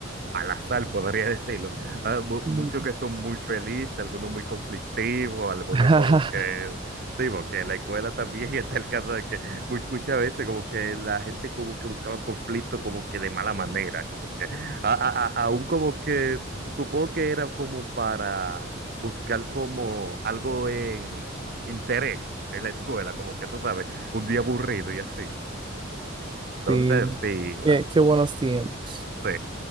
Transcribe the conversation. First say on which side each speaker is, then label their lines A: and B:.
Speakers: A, on the right; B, on the right.
A: al azar, podría decirlo. Ah, mu-
B: Mm.
A: muchos que son muy felices, algunos muy conflictivos, algunos
B: <laughs>
A: como que, digo, que en la escuela también <laughs> está el caso de que mu- muchas veces como que la gente como que buscaba conflicto como que de mala manera, como que, a- a- a- aún como que supongo que era como para buscar como algo en interés en la escuela, como que tú sabes, un día aburrido y así. Entonces,
B: Sí.
A: sí, va,
B: Qué, qué buenos tiempos.
A: sí.